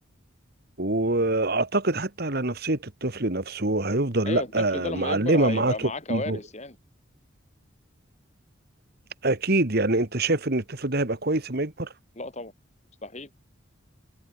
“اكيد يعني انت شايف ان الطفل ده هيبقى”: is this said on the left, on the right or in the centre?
Right